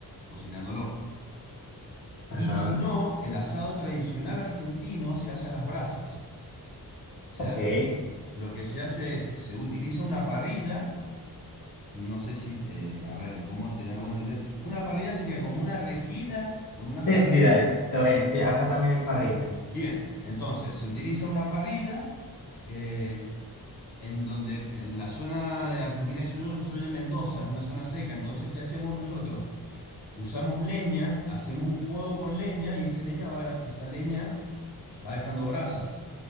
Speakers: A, on the left; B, on the left.
A: cocinándolo.
B: ajá,
A: Y si no, el asado tradicional argentino se hace a las brasas. O sea,
B: ok.
A: lo que se hace es, se utiliza una parrilla No sé si, eh, a ver, ¿cómo te hago entender? Una parrilla sería como una rejilla con unas
B: Sí,
A: patitas.
B: sí, sí, dale, todo bien. Sí, acá también hay parrilla.
A: Bien, entonces se utiliza una parrilla eh, en donde, en la zona de Argentina, eso yo soy de Mendoza, es una zona seca, entonces, ¿qué hacemos nosotros? Usamos leña, hacemos un fuego con leña y esa leña va, esa leña va dejando brasas.